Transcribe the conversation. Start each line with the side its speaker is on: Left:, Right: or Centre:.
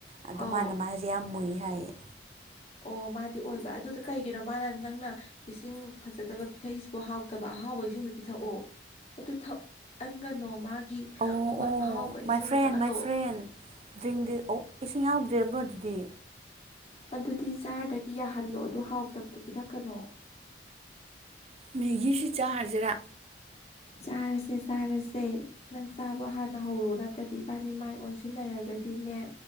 Right: ꯑꯗꯨ
Left: ꯑꯥꯎ
Right: ꯃꯥꯅ ꯃꯥꯁꯦ ꯌꯥꯝ ꯃꯨꯏ ꯍꯥꯏꯌꯦ꯫
Left: ꯑꯣ ꯃꯥꯗꯤ ꯑꯣꯏꯕ꯭ꯔꯥ ꯑꯗꯨ ꯀꯩꯒꯤꯅꯣ ꯃꯥꯅ ꯅꯪꯅ ꯏꯁꯤꯡ ꯐꯖꯗꯕ ꯄꯤꯊꯩꯁꯤꯕꯨ ꯍꯥꯎꯊꯕ ꯑꯍꯥꯎꯕ ꯏꯁꯤꯡꯗꯣ ꯄꯤꯊꯛꯑꯣ ꯑꯗꯨ ꯊꯛꯍꯟꯒꯅꯨ ꯃꯥꯒꯤ
Right: ꯑꯣ
Left: ꯑꯃ
Right: ꯑꯣ
Left: ꯑꯍꯥꯎꯕ ꯏꯁꯤꯡꯗꯣ
Right: ꯃꯥꯏ ꯐ꯭ꯔꯦꯟ
Left: ꯊꯛꯍꯜꯂꯣ
Right: ꯃꯥꯏ ꯐ꯭ꯔꯦꯟ ꯗ꯭ꯔꯡꯗꯤ ꯑꯣ ꯏꯁꯤꯡ ꯌꯥꯎꯗ꯭ꯔꯦꯕꯣ ꯑꯗꯨꯗꯤ
Left: ꯑꯗꯨꯗꯤ ꯖꯥꯔꯗꯒꯤ ꯌꯥꯍꯜꯂꯣ ꯑꯗꯨ ꯍꯥꯎꯇꯕꯗꯣ ꯄꯤꯊꯛꯀꯅꯣ꯫
Right: ꯃꯦꯒꯤꯁꯤ ꯆꯥꯔꯁꯤꯔꯥ
Left: ꯆꯥꯔꯁꯦ ꯆꯥꯔꯁꯦ! ꯅꯪ ꯆꯥꯕ ꯍꯥꯟꯅ ꯍꯧꯔꯣ ꯅꯠꯇ꯭ꯔꯗꯤ ꯏꯕꯥꯅꯤ ꯃꯥꯏ ꯑꯣꯟꯁꯤꯟꯅꯔꯒꯗꯤꯅꯦ